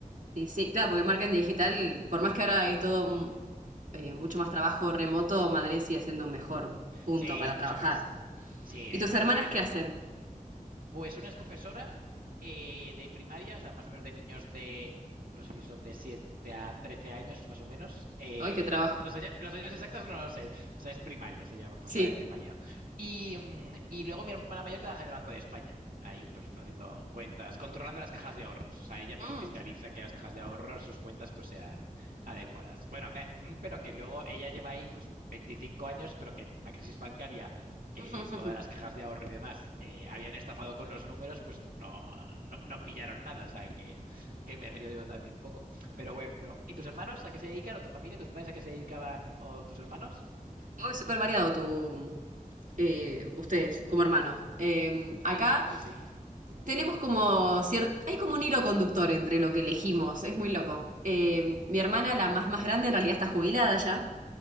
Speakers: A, on the right; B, on the right.
A: Sí, sí, claro, porque marketing digital, por más que ahora hay todo mm, eh, mucho más trabajo remoto, Madrid sigue siendo un mejor punto
B: Sí,
A: para
B: mucho
A: trabajar.
B: más. Sí,
A: ¿Y
B: hay
A: tus
B: más,
A: hermanas
B: ellas
A: qué
B: más.
A: hacen?
B: Pues una es profesora eh, de primaria, o sea, más o menos de niños de, no sé si son de 7 a 13 años, más o menos. Eh,
A: ¡Ay, qué trabajo!
B: los años, los años exactos no lo sé. O sea, es primaria, se llama profesora
A: <laughs> Sí.
B: de primaria. Y, mm, y luego mi hermana mayor trabaja en el Banco de España. Ahí, pues, haciendo cuentas, controlando las cajas de ahorros. O sea, ella, pues,
A: Mm.
B: fiscaliza que las cajas de ahorros, sus cuentas, pues, sean adecuadas. Bueno, ve, mm, pero que luego ella lleva ahí, pues, 25 años, pero que la crisis bancaria que
A: <laughs>
B: todas las cajas de ahorro y demás eh, habían estafado con los números, pues no, no, no pillaron nada. O sea, que, que, me río yo también un poco. Pero bueno, ¿y tus hermanos a qué se dedican? ¿O tu familia, tus padres a qué se dedicaban? ¿O tus hermanos?
A: Oh, es súper variado tu, eh, ustedes como hermanos. Eh, acá
B: Sí, sí. sí.
A: tenemos como cierto, hay como un hilo conductor entre lo que elegimos, es muy loco. Eh, mi hermana, la más más grande, en realidad está jubilada ya.